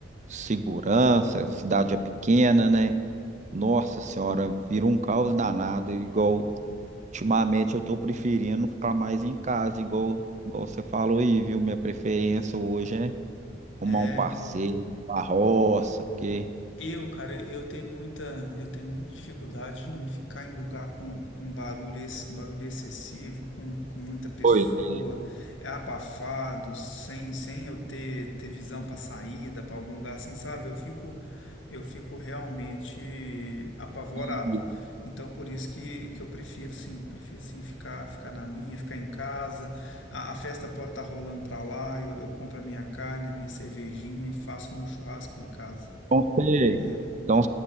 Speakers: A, on the right (about 40°); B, on the left (about 80°).
A: segurança, a cidade é pequena, né? Nossa senhora, vira um caos danado. Igual, ultimamente eu tô preferindo ficar mais em casa, igual, igual você falou aí, viu? Minha preferência hoje é
B: é
A: arrumar um passeio, uma roça, porque
B: Eu, cara, eu eu tenho muita, eu tenho muita dificuldade em ficar em lugar com, com barulho, ex- com barulho excessivo, com, com muita pessoa,
A: Pois é.
B: é abafado, sem, sem eu ter, ter visão para saída, para algum lugar assim, sabe? Eu fico, eu fico realmente apavorado.
A: e
B: Então, por isso que, que eu prefiro, sim, prefiro sim ficar, ficar na minha, ficar em casa. A, a festa pode estar rolando para lá, eu, eu compro a minha carne, a minha cervejinha e faço o meu churrasco em casa
A: Então você,
B: né?
A: então,